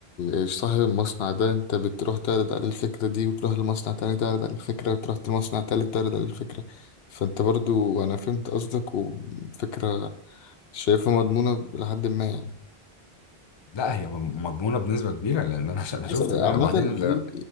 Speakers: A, on the left; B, on the left.
A: ال... صاحب المصنع ده انت بتروح تعرض عليه الفكرة دي وتروح لمصنع تاني تعرض عليه الفكرة وتروح لمصنع تالت تعرض عليه الفكرة فانت برضو انا فهمت قصدك وفكرة شايفها مضمونة لحد ما يعني
B: لا هي مض- مضمونه بنسبه كبيره لان انا ش- انا
A: بص،
B: شفت
A: عامة
B: بقى وبعدين
A: في
B: ده انا